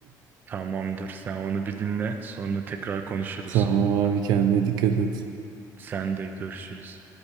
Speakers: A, on the right; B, on the right.
A: tamamdır sen onu bir dinle sonra tekrar konuşuruz.
B: <laughs> Tamam abi kendine dikkat et.
A: Sen de görüşürüz.